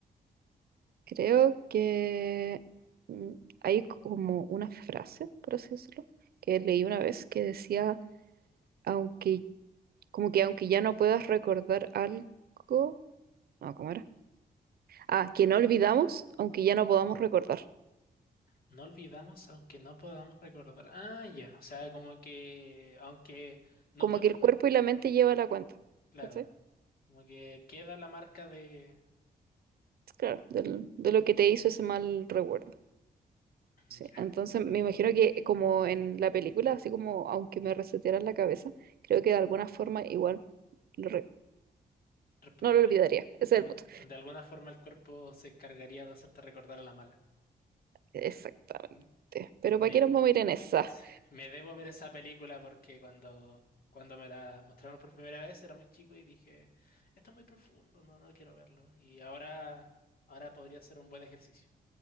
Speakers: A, on the right; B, on the left.
A: Creo que mm, hay como una frase, por así decirlo, que leí una vez que decía, aunque, como que aunque ya no puedas recordar algo, no, ¿cómo era? Ah, que no olvidamos, aunque ya no podamos recordar.
B: No olvidamos aunque no podamos recordar. Ah, ya. O sea, como que aunque no
A: Como
B: puedas,
A: que el
B: re-
A: cuerpo y la mente llevan la cuenta,
B: claro,
A: ¿cachai?
B: como que queda la marca de...
A: Claro, del- de lo que te hizo ese mal recuerdo.
B: mm,
A: Sí,
B: Ya.
A: entonces me imagino que como en la película, así como aunque me resetearan la cabeza, creo que de alguna forma igual lo re-
B: Rep-
A: no lo olvidaría. Ese
B: De algún-
A: es el punto.
B: de alguna forma el cuerpo se encargaría de hacerte recordar a la mala.
A: Exactamente.
B: M-
A: Pero
B: Me,
A: ¿para qué nos vamos a ir en esa?
B: <laughs> me debo ver esa película porque cuando, cuando me la mostraron por primera vez era muy chico y dije, esto es muy profundo, no, no quiero verlo. Y ahora, ahora podría ser un buen ejercicio.